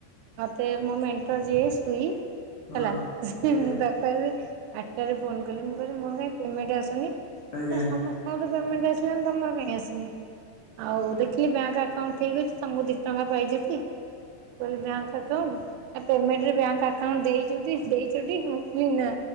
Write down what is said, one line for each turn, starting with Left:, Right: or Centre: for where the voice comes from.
Right: ମୋତେ ମୋ ମେଣ୍ଟର ଯିଏ ସୁଇ
Left: ହଁ
Right: ହେଲା
Left: ଆଜ୍ଞା
Right: ମୁଁ ତାକୁ କହିଲି ଆଟ୍ ଟାରେ ଫୋନ କଲି ମୁଁ କହିଲି ମୋର କାଇଁ ପେମେଣ୍ଟ ଆସୁନି?
Left: ଆଜ୍ଞା
Right: ନା ସମସ୍ତଙ୍କର ତ ପେମେଣ୍ଟ ଆସିଲାଣି ତମର କାଇଁ ଆସିନି? ଆଉ ଦେଖିଲେ ବ୍ୟାଙ୍କ ଆକାଉଣ୍ଟ ଠିକ ଅଛି। ତମକୁ ଦି ଟଙ୍କା ପାଇଚ ଟି। ମୁଁ କହିଲି ବ୍ୟାଙ୍କ ଆକାଉଣ୍ଟ ନା ପେମେଣ୍ଟରେ ବ୍ୟାଙ୍କ୍ ଆକାଉଣ୍ଟ ଦେଇଚୁଟି ଦେଇଚ ଟି ମୁଁ କହିଲି ନାଁ।